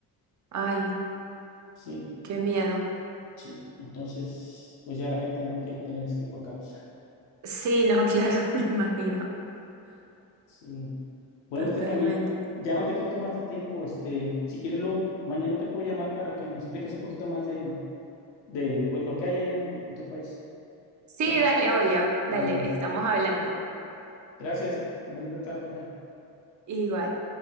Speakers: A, on the right; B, on the left.
A: Ay,
B: Sí.
A: qué miedo.
B: Sí, entonces, pues ya la gente no quiere tener ese tipo de carros.
A: Sí, no, claro, <laughs> me imagino.
B: Sí. Bueno,
A: Totalmente.
B: Stephanie, ya no te quito más tu tiempo. Este, si quieres, lo, mañana te puedo llamar para que me expliques un poquito más de, de pues, lo que hay allá en, en tu país
A: Sí,
B: con
A: dale, obvio. Dale,
B: comida.
A: estamos hablando.
B: Gracias. Bonita tarde. Bye.
A: Igual.